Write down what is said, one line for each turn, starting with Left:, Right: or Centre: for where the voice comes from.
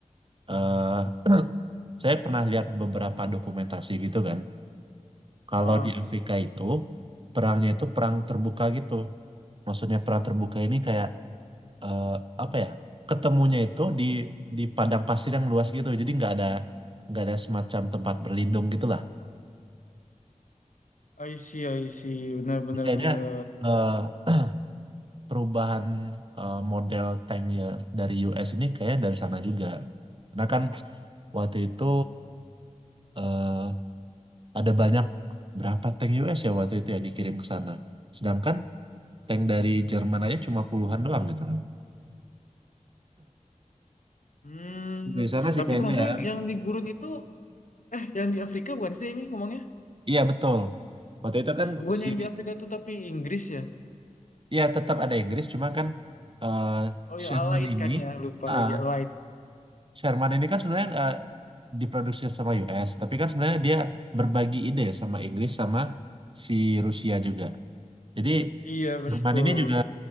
Right: eh, <clears throat> saya pernah lihat beberapa dokumentasi gitu kan. Kalau
Left: ah
Right: di Afrika itu perangnya itu perang terbuka gitu. Maksudnya perang terbuka ini kayak eh, apa ya? Ketemunya itu di di padang pasir yang luas gitu. Jadi nggak ada nggak ada semacam tempat berlindung gitulah.
Left: I see I see benar benar
Right: Jadi kayaknya
Left: benar
Right: eh, perubahan eh, model tanknya dari US ini kayaknya dari sana juga. Karena kan waktu itu eh, ada banyak berapa tank US ya waktu itu ya dikirim ke sana. Sedangkan tank dari Jerman aja cuma puluhan doang gitu. kan.
Left: hmm
Right: Di sana sih
Left: tapi
Right: kayaknya
Left: kalau nggak salah
Right: ya.
Left: yang yang di gurun itu eh yang di Afrika bukan sih ini ngomongnya
Right: Iya betul. Waktu itu kan
Left: bukan
Right: si
Left: yang di Afrika tuh tapi Inggris ya
Right: ya tetap ada Inggris cuma kan eh,
Left: oh ya
Right: Sherman
Left: Allied
Right: ini
Left: kan ya lupa
Right: ah,
Left: lagi Allied
Right: Sherman ini kan sebenarnya eh, diproduksi sama US tapi kan sebenarnya dia berbagi ide sama Inggris sama si Rusia juga. Jadi
Left: iya betul
Right: Sherman ini juga